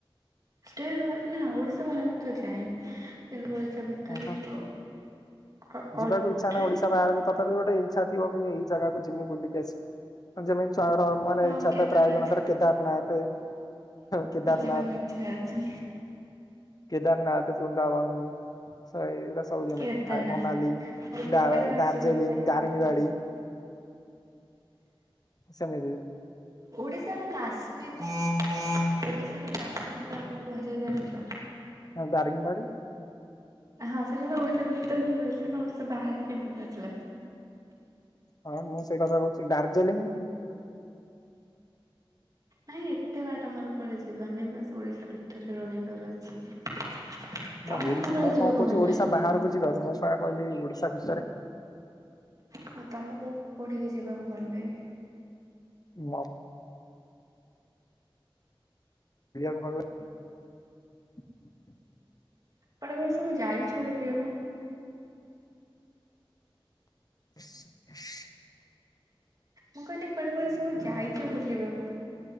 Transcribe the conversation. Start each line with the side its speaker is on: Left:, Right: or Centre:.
Right: ଷ୍ଟେଟ ବା ନା ଓଡିଶା ବାହାରକୁ ତ ଯାଇନି କିନ୍ତୁ ଭିତରେ
Left: ଓହୋ
Right: ଯୋଉ ଅ
Left: ଯିବାକୁ
Right: ଅଟ୍ରି
Left: ଇଚଛା ନା ଓଡିଶା ବାହାରକୁ ତ ତ ଗଟେ ଇଛାଥିବ ଏଇ ଜାଗାକୁ ଯମି ବୁିକି ଆସିବ ଯେମିତି ଙ୍କର ମାନେଛାତ
Right: ହଁ କେଦାରନାଥ
Left: ପ୍ରାୟ ଜଣଙ୍କର କେଦାରନାଥ କେଦାରନାଥ
Right: ଯିବାକୁ ଇଚ୍ଛା ଅଛି
Left: କେଦାରନାଥ ବୃନ୍ଦାବନ ଶ ଏଗୁଟା ସବ ଆମେ
Right: କେଦାରନାଥ
Left: ତୁ ଥାଏ ମନାଲି
Right: ମୋର କେଦାରନାଥ
Left: ଦଡାର୍ଜିଲିଂ
Right: ଯିବାକୁ ବହୁତ
Left: ଦାରିଙ୍ଗୀବାଡ଼ି
Right: ଇଚ୍ଛା।
Left: ସଦ
Right: ଓଡିଶାାରୁ କାଶ୍ମୀର ହୁଁ ଓଡିଶାର କାଶ୍ମୀର କାହାକୁ କୁହାଯାଏ ଜାଣିଛ
Left: ଦାରିଙ୍ଗବାଡି
Right: ହଁ ସେ ଭିତରେ ହ ରଥିଲେ ନା ସେ ବାହାରେ କେମିତି ଆସଥିଲା
Left: ହଁ ମୁଁ ସେଇ କଥା କହୁଛି ଡାର୍ଜିଲିଂ
Right: ନାଇଁ ଏତେ ବାଟ ମୋର କୁଆଡେ ଯିବାର ନାହିଁ ବାସ୍ ଓଡିଶା ଭିତରେ ରହିବାର ଅଛି। ତମକୁ
Left: ନା ଓଡିଶା
Right: କୁଆଡେ
Left: ମୁଁ
Right: ଯିବାକୁ
Left: କଣ କହୁଛି
Right: ଭଲ
Left: ଓଡିଶା
Right: ଲାଗେ?
Left: ବାହାରକୁ ଯିବା ପାଇଁ ମୁ ପା କହିଲି ଓଡିଶା ଭିତରେ।
Right: ହଁ ତମକୁ କୋଉଠିକି ଯିବାକୁ ଭଲ ଲାଗେ?
Left: ମତ୍ <inaudible>
Right: କୁଆଡେ କଣ ସବୁ ଯାଇଛ ବୁଲିବାକୁ?
Left: <inaudible>
Right: ମୁଁ କହିଲି କୁଆଡେ କୁଆଡେ ସବୁ ଯାଇଛ ବୁ ଲିବାକୁ